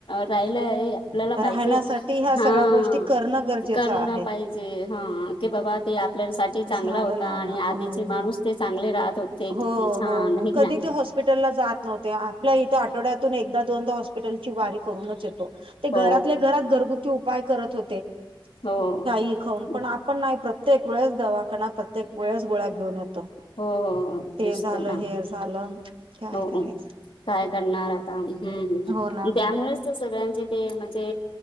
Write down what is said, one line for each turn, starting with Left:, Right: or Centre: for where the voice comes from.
Left: राहिलाय. आपल्याला पाहिजे.
Right: राहण्यासाठी ह्या
Left: हा.
Right: सगळ्या गोष्टी करणं गरजेचं
Left: करणा
Right: आहे
Left: पाहिजे. हा. की बाबा ते आपल्याला सा ठी चांगला
Right: झाडं
Left: होता.
Right: लावा
Left: आणि आधीचे
Right: हो
Left: माणूस ते चांगले राहत होते.
Right: हो
Left: किती छान
Right: हो हो
Left: हे
Right: कधी
Left: ना
Right: ते हॉस्प हॉस्पिटलला जात नव्हते आपल्या इथे आठवड्यातून एकदा दोनदा हॉस्पिटलची वारी करूनच येतो. ते घरातल्या
Left: हो
Right: घरात घरगुती उपाय करत होते.
Left: हो
Right: काही खाऊन
Left: हो
Right: पण आपण नाही प्रत्येक वेळेस दवाखाना प्रत्येक वेळेस गोळ्या घेऊन येतो.
Left: हो-हो -हो.
Right: ते
Left: तेच
Right: झालं.
Left: तर ना
Right: हे झालं. काय
Left: हो
Right: करायचं
Left: काय करणार आता्. हम्म हम्म हम्म.
Right: हो ना
Left: त्यामुळेच सगळ्यांचे ते म्हणजे